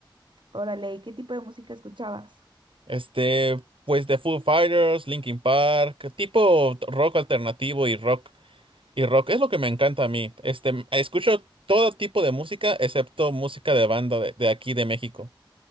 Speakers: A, on the right; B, on the right.
A: Órale, ¿y ¿qué tipo de música escuchabas?
B: Este, pues de Foo Fighters, Linkin Park, tipo rock alternativo y rock y rock es lo que me encanta a mí. Este, escucho todo tipo de música excepto música de banda de, de aquí de México.